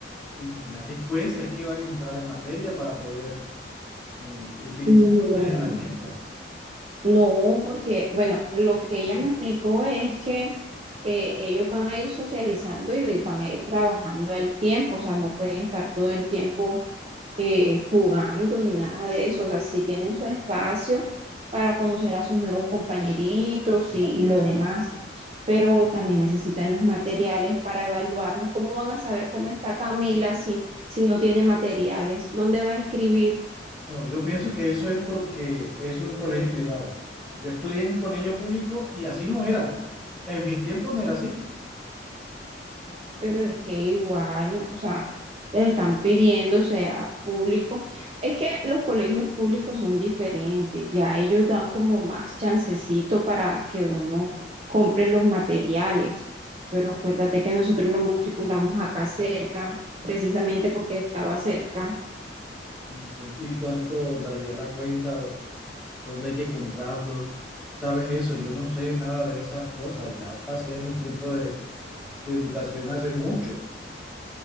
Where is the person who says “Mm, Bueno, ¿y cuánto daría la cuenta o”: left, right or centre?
Centre